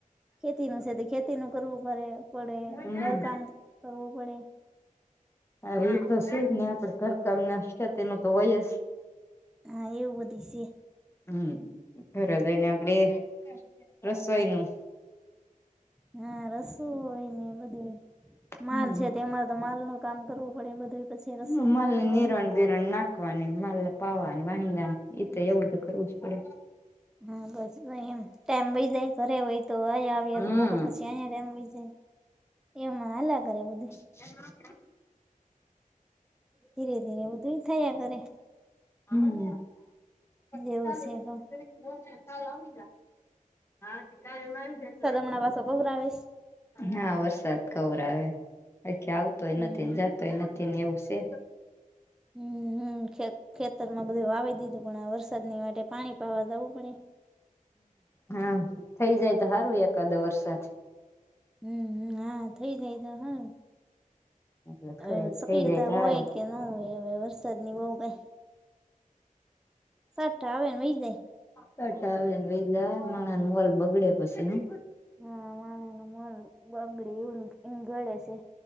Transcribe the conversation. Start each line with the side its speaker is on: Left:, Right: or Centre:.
Centre: ખેતી નું છે તે ખેતી ન કરવું પડે પડે
Left: હમ
Centre: ઘર કામ કરવું પડે
Left: હ એ તો સુું જ ને આપે ઘરકામ ના ખતનું તો હોય જ
Centre: હા એવું બધી છે
Left: હમ ઘરે જઈને આપડે રસોઈ નું
Centre: હા રસો હોય ને બધી હોય માલ
Left: હમ
Centre: છે તેમાં તો માલ નો કામ કરવું પડે બધું પછી રસોઈ
Left: હ માલ
Centre: નો વારો
Left: ને નિરણ
Centre: આવે
Left: બિરણ નાખવાની માલને પાવાની વાલાની તો એવું તો કરવું જ પડે
Centre: હમ હા બસ એમ ટાઈમ વહી જાય ઘરે હોય તો આયાએ
Left: હમ
Centre: તો બપોર પછી અહીયા ટાઈમ વહી જાય એમાં હલા કરે બધી
Left: એ
Centre: ધીરે ધીરે બધું થયા ઘરે
Left: <unintelligible>
Centre: એવું છે ક
Left: હા ત ક મારી જ એટલા
Centre: હમણા પાછો કબર આવીશ
Left: હા વરસાદ કવર આવે આખી આવતોય
Centre: હમ
Left: નથી ને જાતોય નથી તેને ગસે
Centre: હમ હમ ખેતર માં બધું વાવી દીધું પણ વરસાદની માટે પાણી પાવા જવું પડે
Left: હા થઇ જાય તો સારું એકાદો વરસાદ
Centre: હમ હ હા થઈ જાય તો હા
Left: એટલે
Centre: હવે
Left: કઉ એક
Centre: શક્રિયતા
Left: થઈ જાય તો
Centre: હોય
Left: હારું
Centre: કે ન હોય હવે વરસાદ ની બહુ કઈ સટાવેને વજ
Left: કટા આવેને વજાર માણા ન મોલ બગડ્યા પછી
Centre: હા મા ન મલ બગડીે એવું એ ગળે છે